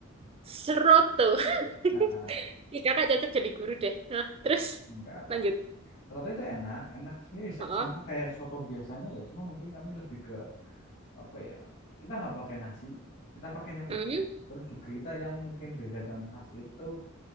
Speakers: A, on the right (about 30°); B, on the left (about 55°).
A: seroto.
B: Ah, ah.
A: <laughs> Ih, Kakak cocok jadi guru deh. Nah, terus
B: Enggak lah.
A: lanjut.
B: Soto itu enak, enak sebenarnya sa-
A: ah ah.
B: sama kayak soto biasanya ya, cuma mungkin kami lebih ke apa ya? Kita nggak pakai nasi, kita pakainya kupat.
A: Hmm.
B: Terus juga kita yang mungkin beda dan khas itu